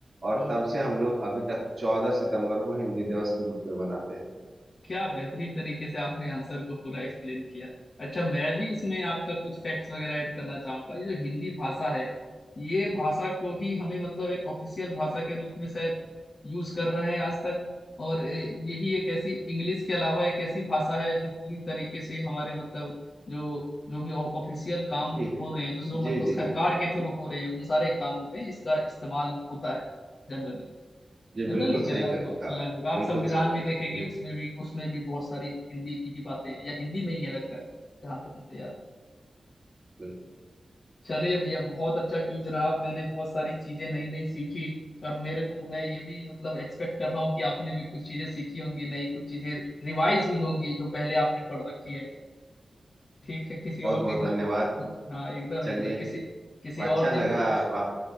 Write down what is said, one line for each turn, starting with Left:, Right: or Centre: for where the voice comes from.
Right: और
Left: ओके
Right: तब से हम लोग अभी तक चौदह सितंबर को हिंदी दिवस के रूप में मनाते हैं
Left: क्या बेहतरीन तरीके से आपने आंसर को पूरा एक्सप्लेन किया अच्छा मैं भी इसमें आपका कुछ फैक्ट्स वगैरह ऐड करना चाहूंगा ये जो हिंदी भाषा है ये भाषा को ही हमें मतलब एक ऑफिशियल भाषा के रूप में शायद यूज कर रहे हैं आज तक और ए, यही एक ऐसी इंग्लिश के अलावा एक ऐसी भाषा है जो पूरी तरीके से हमारे मतलब जो जो भी ऑफिशियल काम
Right: जी
Left: हो रहे हैं जो जो
Right: जी
Left: मतलब
Right: जी
Left: सरकार
Right: जी
Left: के थ्रू हो रहे हैं उन सारे कामों में इसका इस्तेमाल होता है जनरली
Right: जी बिल्कुल
Left: जनरली क्या
Right: सही
Left: लगभग
Right: कहा
Left: लगभग आप
Right: बिल्कुल
Left: संविधान
Right: सही कहा
Left: भी देखेंगे
Right: जी
Left: उसमें भी उसमें भी बहुत सारी हिंदी की ही बातें हैं या हिंदी में ही है लगता है जहां तक मुझे याद है
Right: बिल्कुल
Left: चलिए भैया बहुत अच्छा क्यूज रहा मैंने बहुत सारी चीजें नई नई सीखी और मेरे को मैं ये भी मतलब एक्सपेक्ट कर रहा हूँ कि आपने भी कुछ चीजें सीखी होंगी नई कुछ चीजें रिवाइज हुई होंगी जो पहले आपने पढ़ रखी है ठीक है किसी
Right: बहुत
Left: और
Right: बहुत
Left: दिन
Right: धन्यवाद
Left: और- हाँ एकदम
Right: चलिए
Left: एकदम किसी किसी
Right: अच्छा
Left: और दिन
Right: लगा
Left: कुछ
Right: आप आप